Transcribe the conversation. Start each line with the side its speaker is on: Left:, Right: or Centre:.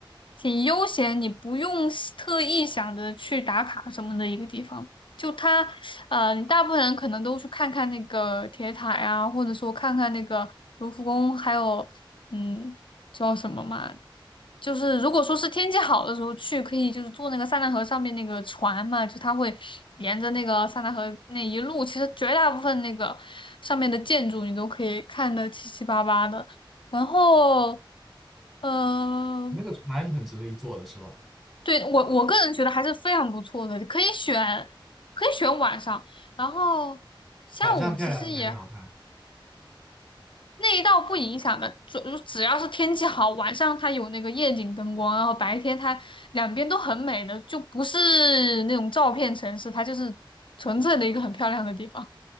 Left: 挺悠闲，你不用是特意想着去打卡什么的一个地方。就它，呃，你大部分人可能都去看看那个铁塔呀，或者说看看那个卢浮宫，还有嗯，叫什么嘛？就是如果说是天气好的时候去，可以就是坐那个塞纳河上面那个船嘛，就它会沿着那个塞纳河那一路，其实绝大部分那个上面的建筑你都可以看得七七八八的。然后，嗯，
Centre: 那个船还是很值得一坐的，是吧？
Left: 对，我我个人觉得还是非常不错的，可以选，可以选晚上，然后下午其实也
Centre: 晚上漂亮，白天好看。
Left: 那一道不影响的，主只要是天气好，晚上它有那个夜景灯光，然后白天它两边都很美的，就不是那种照片城市，它就是纯粹的一个很漂亮的地方，